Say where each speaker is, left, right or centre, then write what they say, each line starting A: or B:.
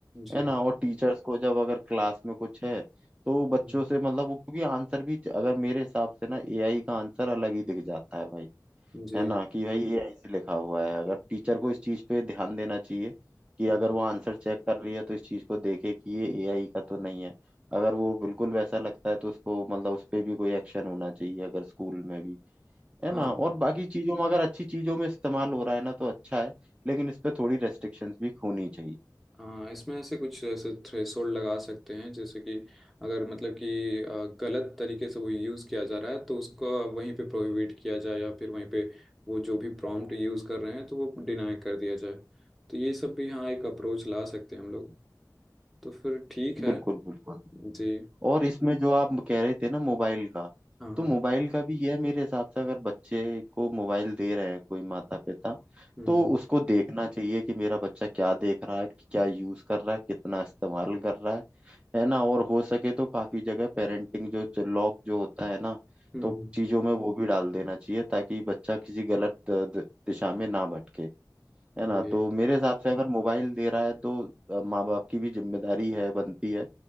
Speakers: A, in the centre; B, on the right.
A: जी
B: है ना और टीचर्स को जब अगर क्लास में कुछ है तो बच्चों
A: हम्म।
B: से मतलब वो क्योंकि आंसर भी अगर मेरे हिसाब से ना एआई का आंसर अलग ही दिख जाता है भाई
A: जी
B: है ना कि भाई ये ऐसे लिखा हुआ है अगर टीचर को इस चीज पे ध्यान देना चाहिए कि
A: हाँ
B: अगर वो आंसर चेक कर रही है तो इस चीज को देखे कि ये एआई का तो नहीं है अगर वो बिल्कुल वैसा लगता है तो उसको मतलब उस पे भी कोई एक्शन होना चाहिए अगर स्कूल में भी है
A: हाँ
B: ना और
A: हाँ
B: बाकी चीजों में अगर अच्छी चीजों में इस्तेमाल हो रहा है ना तो अच्छा है लेकिन इस पे थोड़ी रेस्ट्रिक्शंस भी होनी चाहिए
A: हाँ इसमें ऐसे कुछ ऐसे थ्रेशोल्ड लगा सकते हैं जैसे कि अगर मतलब कि अ, गलत तरीके से वो यूज़ किया जा रहा है तो उसको वहीं पे प्रोहिबिट किया जाए या फिर वहीं पे वो जो भी प्रॉम्प्ट यूज़ कर रहे हैं तो वो डिनाई कर दिया जाए तो ये सब भी हाँ एक अप्रोच ला सकते हैं हम लोग तो फिर ठीक
B: बिल्कुल
A: है
B: बिल्कुल
A: जी
B: और इसमें जो आप कह रहे थे ना मोबाइल का
A: हाँ
B: तो
A: हाँ
B: मोबाइल का भी यह मेरे हिसाब से अगर बच्चे को मोबाइल दे रहे हैं कोई माता पिता
A: हम्म
B: तो
A: हम्म
B: उसको देखना चाहिए कि मेरा बच्चा क्या देख रहा है क्या यूज कर रहा है कितना इस्तेमाल कर रहा है है ना और हो सके तो काफी जगह पेरेंटिंग जो लॉक जो होता है ना
A: हम्म
B: तो
A: हम्म,
B: चीजों में वो भी डाल देना चाहिए ताकि बच्चा किसी गलत द- द- दिशा में ना भटके है ना
A: वही
B: तो मेरे हिसाब से अगर मोबाइल दे रहा है तो अ, माँ बाप की भी जिम्मेदारी है बनती है